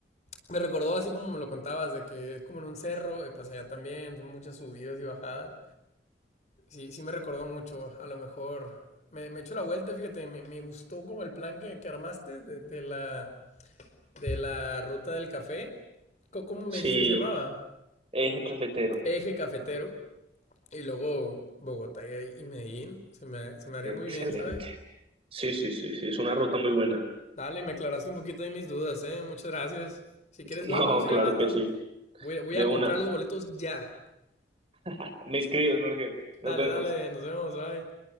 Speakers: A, on the left; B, on the right.
A: me recordó así como me lo contabas, de que es como en un cerro, y pues allá también son muchas subidas y bajadas. Sí, sí me recordó mucho, a lo mejor. Me, me echó la vuelta, fíjate, me, me gustó como el plan que, que armaste de, de la, de la ruta del café. Co- ¿Cómo me
B: sí,
A: dijiste que se llamaba?
B: eje cafetero,
A: Eje cafetero. Y luego Bogotá y y Medellín. Se me, se me haría
B: excelente.
A: muy bien, ¿sabes?
B: Sí, sí, sí, sí, es una ruta muy buena.
A: Dale, me aclaraste un poquito de mis dudas, ¿eh? Muchas gracias. Si quieres,
B: <laughs> No,
A: luego podemos ir
B: claro
A: hablando.
B: que sí,
A: Voy, voy
B: de
A: a
B: una.
A: comprar los boletos ya.
B: <laughs> Me escribes, Jorge.
A: Dale,
B: Nos vemos.
A: dale, nos vemos, bye.